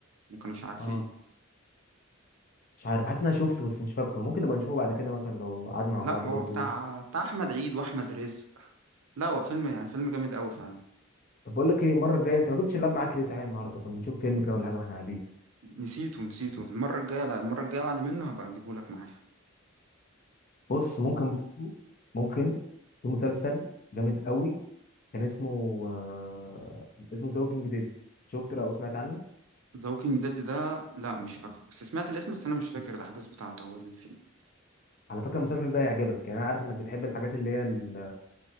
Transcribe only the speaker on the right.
وما كانوش عارفين
لا
هو
بتاع بتاع احمد عيد واحمد رزق لا هو فيلم يعني فيلم جامد قوي فعلا
نسيته نسيته المره الجايه لا المره الجايه بعد منه هبقى اجيبه لك معايا
ذا ووكينج ديد ده لا مش فاكره بس سمعت الاسم بس انا مش فاكر الاحداث بتاعته هو اللي فيه